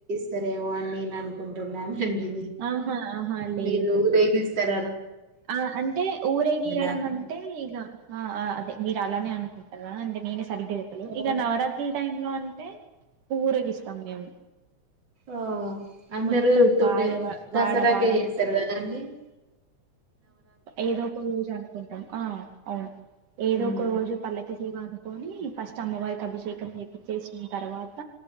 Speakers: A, on the right (about 35°); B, on the right (about 85°).
A: సరేమో అని నేను అనుకుంటున్నానండి
B: ఆహా ఆహా లేదు
A: మీరు రేపిస్తార
B: ఆ అంటే ఊరే గీయడం
A: నాకు
B: అంటే ఇగ ఆ అదే మీరు అలానే అనుకుంటారా అంటే నేనే సరిగ్గా చెప్పలే
A: ఆ
B: ఇక నవరాత్రుల టైంలో అంటే ఊరగిస్తాం మేము
A: ఆ అందరుూ
B: మొత్తం
A: తొమ్మి
B: వాడ
A: దసరకె
B: వాడ వాడ
A: చేస్తారు కదా అండి <inaudible>
B: ఏదో ఒక రోజు అనుకుంటాం ఆ అవును ఏదో
A: ఉమ్
B: ఒక రోజు పల్లకి వ అనుకొని ఫస్ట్ అమ్మవారికి అభిషేకం చేపిచ్చేసిన తర్వాత